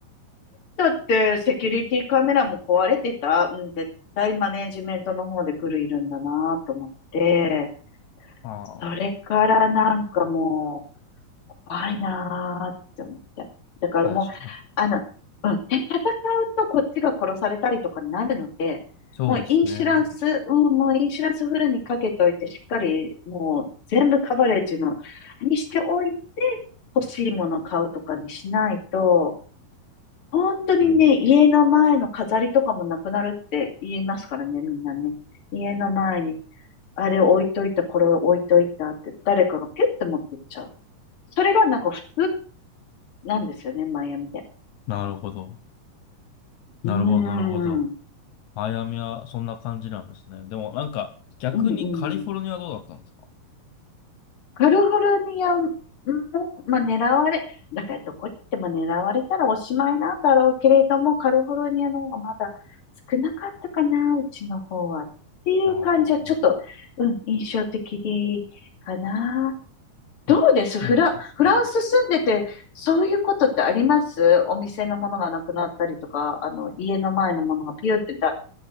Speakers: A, on the left; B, on the left.
A: だって、セキュリティカメラも壊れてた。うん、絶対マネージメントの方でグルいるんだなと思って、
B: あ
A: それからなんかもう、怖いなーって思って。だからもう、
B: あ、確かに。
A: あの、うん、で、戦うとこっちが殺されたりとかになるので、
B: そうですね。
A: もうインシュランス、うん、もうインシュランスフルにかけておいて、しっかりもう全部カバレッジの、にしておいて、欲しいもの買うとかにしないと、本当にね、
B: うん
A: 家の前の飾りとかもなくなるって言いますからね、みんなね。家の前に、あれ置いといた、これ置いといたって、誰かがピュッて持ってっちゃう。それがなんか普通なんですよね、マイアミで。
B: なるほど。なるほど。
A: うーん。
B: なるほど。マイアミはそんな感じなんですね。でもなんか、逆にカリフォルニアはどうだったんですか
A: うんうん。カリフォルニアも、まあ、狙われ、だからどこに行っても狙われたらおしまいなんだろうけれども、カリフォルニアの方がまだ少なかったかな、うちの方は。っていう感じはちょっと、
B: ああー、
A: うん、印象的かな。どうですフラ、
B: な、そうなんですね。
A: フランス住んでて、そういうことってありますお店のものがなくなったりとか、あの、家の前のものがピューって